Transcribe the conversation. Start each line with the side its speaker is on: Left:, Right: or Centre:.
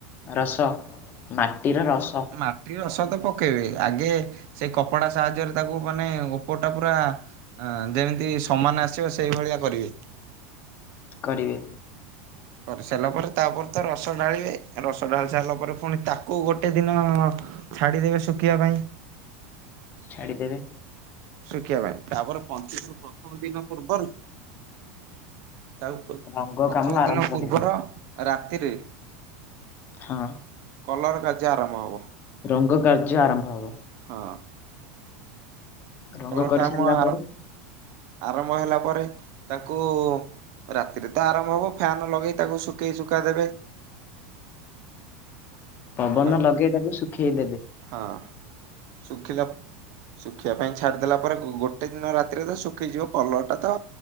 Left: ରସ, ମାଟିର ରସ।
Right: ମାଟି ରସ ତ ପକେଇବେ, ଆଗେ ସେ କପଡା ସାହାଯ୍ୟରେ ତାକୁ ମାନେ ଓପର ଟା ପୁରା ଯେମିତି ସମାନ ଆସିବ ସେଇଭଳିଆ କରିବେ।
Left: କରିବେ
Right: କରିସାରିଲା ପରେ ତାପରେ ତ ରସ ଢାଳିବେ। ରସ ଢ଼ାଳି ସାରିଲା ପରେ ପୁଣି ତାକୁ ଗୋଟେ ଦିନ ଛାଡିଦେବେ ଶୁଖିବା ପାଇଁ। <inaudible>
Left: ଛାଡ଼ିଦେବେ।
Right: ଶୁଖିବା ପାଇଁ ତାପର ପଞ୍ଚୁକରୁ ପ୍ରଥମ ଦିନ ପୂର୍ବରୁ ତାକୁ
Left: ରଙ୍ଗ
Right: ପ୍ରଥମ
Left: କାମ ଆରମ୍ଭ
Right: ଦିନ
Left: କରିବେ
Right: ପୂର୍ବର ରାତିରେ।
Left: ହଁ।
Right: କଲର କାର୍ଯ୍ୟ ଆରମ୍ଭ ହବ
Left: ରଙ୍ଗ କାର୍ଯ୍ୟ ଆରମ୍ଭ ହବ
Right: ହଁ।
Left: ରଙ୍ଗ
Right: କଲର
Left: କରିସାରିଲା
Right: କାମ ଆରମ୍
Left: ପରେ
Right: ଆରମ୍ଭ ହେଲା ପରେ ତାକୁ। ରାତିରେ ତ ଆରମ୍ଭ ହବ ଫ୍ୟାନ ଲଗେଇ ତାକୁ ଶୁଖେଇ ଶୁଖା ଦେବେ।
Left: ପବନ
Right: ହ୍ୟାଲୋ
Left: ଲଗେଇ ତାକୁ ଶୁଖେଇ ଦେବେ।
Right: ହଁ। ଶୁଖିଲା ଶୁଖିବା ପାଇଁ। ଛାଡିଦେଲା ପରେ ଗୋଟେ ଦିନ ରାତିରେ ତ ଶୁଖିଯିବ କଲର୍ଟା ତ